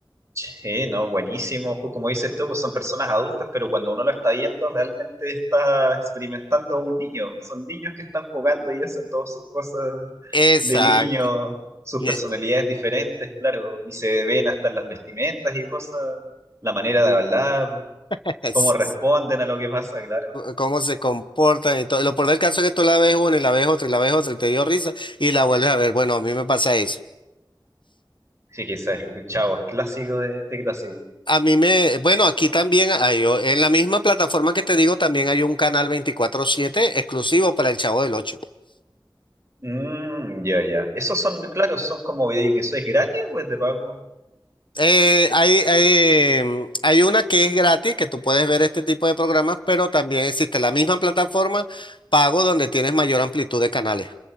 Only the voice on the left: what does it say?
Exacto.
Y
es-
<laughs>
Cómo se comportan y todo. Lo peor del caso es que tú la ves una y la ves otra y la ves otra y te dio risa y la vuelves a ver. Bueno, a mí me pasa eso.
A mí me, bueno, aquí también hay, o- en la misma plataforma que te digo, también hay un canal veinticuatro siete exclusivo para el Chavo del 8.
Eh, hay, hay, mm, hay una que es gratis, que tú puedes ver este tipo de programas, pero también existe la misma plataforma pago donde tienes mayor amplitud de canales.